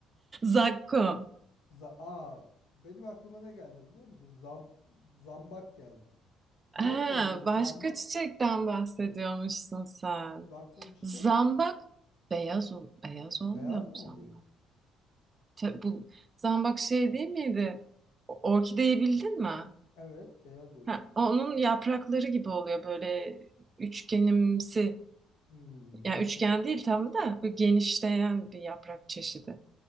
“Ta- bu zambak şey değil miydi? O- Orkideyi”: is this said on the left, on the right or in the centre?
Right